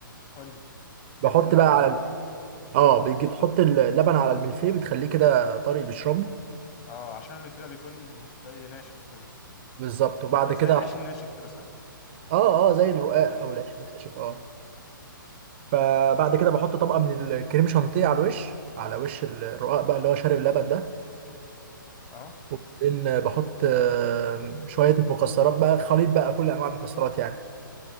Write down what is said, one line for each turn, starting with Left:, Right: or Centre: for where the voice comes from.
Left: قول لي
Right: بحط
Left: جبت اللبن
Right: بقى على
Left: برضه
Right: الم-
Left: اه
Right: <laughs> اه بتجيب تحط اللبن على الملفيه بتخليه كده طري بيشربه
Left: آه، عشان الفيلة بيكون زي ناشف كده
Right: بالظبط وبعد
Left: هو بيبقى
Right: كده
Left: زي العيش
Right: أح-
Left: الناشف كده صح
Right: اه اه زي الرقاق
Left: اه
Right: او العيش الناشف اه فبعد كده بحط طبقه من الكريم شانتيه على الوش على وش الرقاق بقى اللي هو شارب اللبن ده
Left: اه
Right: وبعدين بحط آه، شوية مكسرات بقى خليط بقى كل أنواع المكسرات يعني